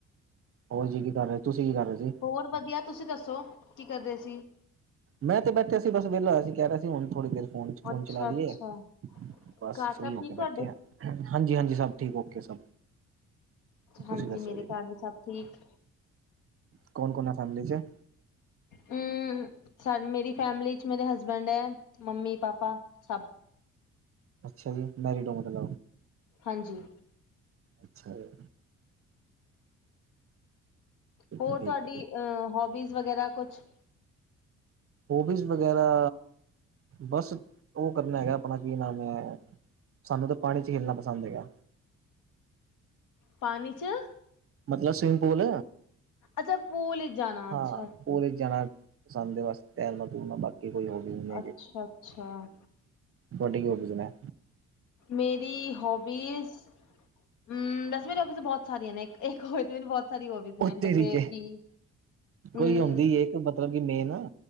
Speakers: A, on the right; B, on the left.
A: ਹੋਰ ਜੀ ਕੀ ਕਰ ਰਹੇ, ਤੁਸੀਂ ਕੀ ਕਰ ਰਹੇ ਸੀ?
B: ਹੋਰ ਵਧੀਆ, ਤੁਸੀਂ ਦੱਸੋ ਕੀ ਕਰਦੇ ਸੀ?
A: ਮੈਂ ਤੇ ਬੈਠਿਆ ਸੀ, ਬਸ ਵੇਲਾ ਹੋਇਆ ਸੀ। ਕਹਿ ਰਿਹਾ ਸੀ ਹੁਣ ਥੋੜ੍ਹੀ ਦੇਰ? ਫੋਨ ਚ ਫੋਨ
B: ਅੱਛਾ
A: ਚਲਾ ਲਈਏ!
B: ਅੱਛਾ।
A: ਬਸ
B: ਘਰ
A: ਫਰੀ
B: ਸਭ
A: ਹੋ
B: ਠੀਕ
A: ਕੇ ਬੈਠੇ
B: ਤੁਹਾਡੇ?
A: ਹਾਂ। ਹਾਂਜੀ ਹਾਂਜੀ, ਸਭ ਠੀਕ ਓਕੇ ਸਭ।
B: ਹਾਂਜੀ,
A: ਤੁਸੀਂ ਦੱਸੋ
B: ਮੇਰੇ ਘਰ ਵੀ ਸਭ ਠੀਕ।
A: ਕੋਣ ਕੋਣ ਹੈ ਫੈਮਲੀ ਚ?
B: ਹੂੰ, ਸਾਰੀ ਮੇਰੀ ਫੈਮਲੀ ਚ ਮੇਰੇ ਹਸਬੈਂਡ ਹੈ ਮੰਮੀ ਪਾਪਾ ਸਭ।
A: ਅੱਛਾ ਜੀ, ਮੈਰੀਡ ਹੋ ਮਤਲਬ?
B: ਹਾਂਜੀ।
A: ਅੱਛਾ ਹੈ। ਠੀਕ
B: ਹੋਰ
A: ਐ
B: ਤੁਹਾਡੀ
A: ਠੀਕ ਐ
B: ਅਆ ਹੋਬੀਜ਼ ਵਗੈਰਾ ਕੁਛ?
A: ਹੋਬੀਜ਼ ਵਗੈਰਾ! ਬਸ ਉਹ ਕਰਨਾ ਹੈਗਾ। ਆਪਣਾ ਕੀ ਨਾਮ ਹੈ, ਸਾਨੂੰ ਤਾਂ ਪਾਣੀ ਚ ਖੇਲਣਾ ਪਸੰਦ ਹੈਗਾ।
B: ਪਾਣੀ ਚ?
A: ਮਤਲਬ ਸਵਿਮਿੰਗ ਪੂਲ,
B: ਅੱਛਾ ਪੂਲ ਵਿੱਚ ਜਾਣਾ
A: ਹਾਂ।
B: ਅੱਛਾ ਅੱਛਾ।
A: ਪੂਲ ਵਿੱਚ ਜਾਣਾ ਪਸੰਦ ਦੇ ਵਾਸਤੇ ਤੈਰਨਾ ਤੁਰਨਾ ਬਾਕੀ ਕੋਈ ਹੋਬੀ ਵੀ ਨੀਂ ਹੈਗੀ।
B: ਅੱਛਾ ਅੱਛਾ
A: ਤੁਹਾਡੀ ਕੀ ਹੋਬੀਜ਼ ਨੇਂ।
B: ਮੇਰੀ ਹੋਬੀਜ਼ ਹਮ, ਬਸ ਮੇਰੇ ਅੱਗ ਚ ਬਹੁਤ ਸਾਰੀਆਂ ਨੇ ਇੱਕ ਹੋਏ ਤੇ ਮੈਨੂੰ ਬਹੁਤ <unintelligible> ਸਾਰੀ ਹੋਬਿਜ ਨੇ
A: ਓ ਤੇਰੀ
B: ਜੈਸੇ
A: ਕੇ
B: ਕਿ, ਹੂੰ।
A: ਕੋਈ ਮਤਲਬ ਕਿ ਮੇਨ?